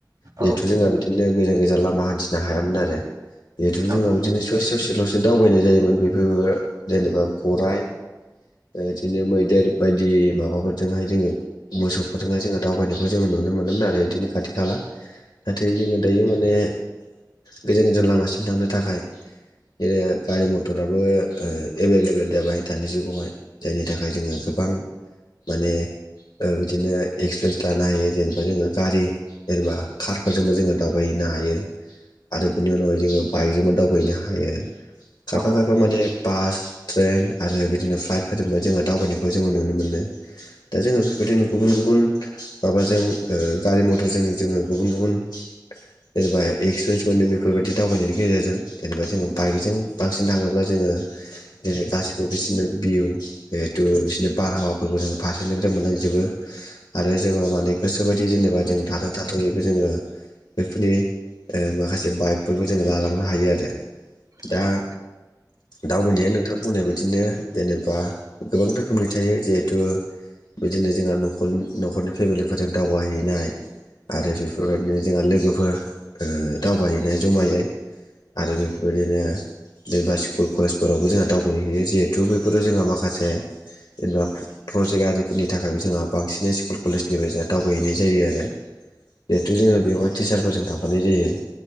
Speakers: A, on the left (about 85°); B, on the right (about 60°).
A: जिहेथु
B: औ
A: जोंहा बिदिनो गोजान गोजान लामा हान्थिनो हायामोन आरो जिहेथु जोंहा
B: औ नंगौ
A: बिदिनो ससे ससेल'सो दावबायनाय जायोमोन बेफोरबो जेनेबा गराय। बिदिनो मैदेर बायदि माबाफोरजोंहाय जोङो मोसौफोरजोंहाय जोङो दावबायनायखौ जोङो नुनो मोनोमोन आरो बिदिनो खाथि खाला नाथाय जोङो दायो माने गोजान गोजान लामासिम थांनो थाखाय बिदिनो गारि मथराबो एभेलेबेल जाबाय दानि जुगावहाय। जायनि थाखाय जोङो गोबां माने बिदिनो एक्सपिरिेन्स लानो हायो जेनेबा जोङो गारि जेनेबा कारफोरजोंबो जोङो दावबायहैनो हायो। आरो बिनि उनावहाय जोङो बाइकजोंबो दावबायनो हायो खायफा
B: औ
A: खायफा माने बास ट्रेन आरो बिदिनो फ्लाइट फोदोंबो जोङो दावबायनायखौ जोङो नुनो मोनो। दा जोङो बेबायदिनो गुबुन गुबुन माबाजों गारि ओ मथरजों जोङो गुबुन गुबुन जेनेबा एक्सपिरियेन्स मोनो बेफोरबायदि दावबायनायनि गेजेरजों जेनेबा जोङो बाइकजों बांसिन थाङोब्ला जोङो जेरै गासिबो बिसोरनो भिउ जिहेथु बिसोरनि बारहावाफोरखौ जोङो फारसेनिफ्राय मोननांजोबो। आरो जोङो माने गोसोोबायदि जेनेबा जों थाथों। थाथयोबो जोङो बेफोरनि माखासे बाइकफोरखौ जोङो लालांनो हायो आरो दा
B: औ
A: दावबायनाया नोंथां बुंनाय बाददिनो जेनेबा गोबां रोखोमनि थायो जिहेथु बिदिनो जोंहा नखल न'खरनि फेमिलिफोरजों दावबायाहैनाय। आरो बेफोरबायदिनो जोंहा लोगोफोर दावबायहैनाय जमायै आरो बेफोरबायदिनो जेनेबा स्कुल कलेजफोरावबो जोंहा दावबायहैयो जिहेथु बैफोराव जोंहा माखासे जेनेबा प्रजेक्ट आरिफोरनि थाखायबो जोंहा बांसिनै स्कुल कलेजनिफ्राय जोंहा दावबायहैनाय जायो आरो जिहेथु जोंङो बेवहाय टिचारफोरजों थांफानाय जायो।